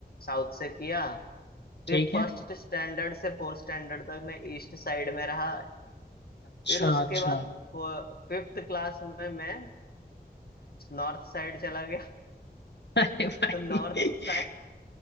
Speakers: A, on the left (about 65°); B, on the left (about 90°).
A: साउथ से किया
B: ठीक
A: फिर फर्स्ट
B: है
A: स्टैंडर्ड से फोर्थ स्टैंडर्ड तक मैं ईस्ट साइड में रहा
B: अच्छा
A: फिर उसके
B: अच्छा
A: बाद फिफ्थ क्लास में मैं नॉर्थ साइड चला गया
B: अरे भाई
A: तो नॉर्थ
B: <laughs>
A: साइड